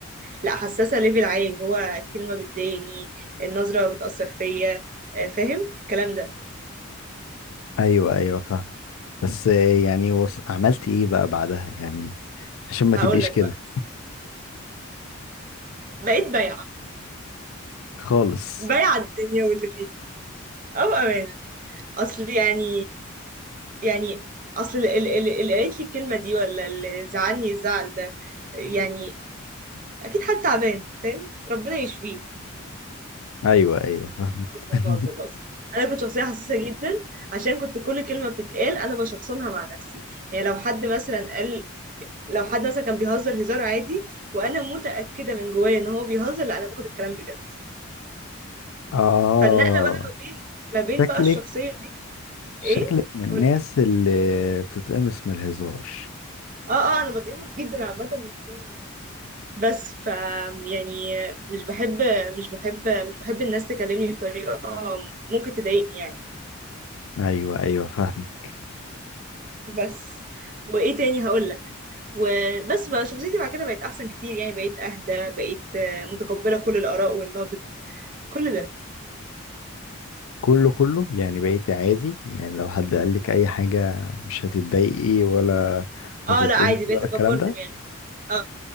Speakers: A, on the right (about 40°); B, on the left (about 75°).
A: لا حساسة ليفل عالي اللي هو الكلمة بتضايقني النظرة بتأثر فيا آه، فاهم الكلام ده
B: ايوه ايوه فاهم بس يعني وص... عملتي ايه بقى بعدها يعني عشان ما تبقيش
A: هقول لك
B: كده
A: بقى بقيت بايعة
B: خالص
A: بايعة الدنيا واللي فيها اه بأمانة اصل يعني يعني اصل ال- ال- ال- اللي قالت لي الكلمة دي ولا اللي زعلني الزعل ده يعني اكيد حد تعبان فاهم ربنا يشفيه
B: ايوه ايوه فاهمك
A: بهزر
B: <laughs>
A: بهزر بهزر انا كنت شخصيه حساسه جدا عشان كنت كل كلمه بتتقال انا بشخصنها مع نفسي يعني لو حد مثلا قال لو حد مثلا كان بيهزر هزار عادي وانا متاكده من جوايا ان هو بيهزر لا انا باخد الكلام بجد
B: اه
A: فالنقله بقى ما بين ما بين
B: شكلك
A: بقى الشخصيه دي
B: شكلك
A: ايه
B: من الناس
A: قولي
B: اللي بتتقمص من الهزار
A: اه اه انا بتقمص جدا عامه من الهزار يعني بس ف يعني مش بحب مش بحب مش بحب الناس تكلمني بطريقه ممكن تضايقني يعني
B: ايوه ايوه فاهمك
A: بس وايه تاني هقول لك وبس بقى شخصيتي بعد كده بقت احسن كتير يعني بقيت اهدى بقيت آه، متقبله كل الاراء والنقد كل ده
B: كله كله يعني بقيتي عادي يعني لو حد قال لك اي حاجة مش هتتضايقي ولا
A: اه
B: هتتقمصي
A: لا عادي بقيت
B: ولا
A: اكبر
B: الكلام ده
A: دماغي اه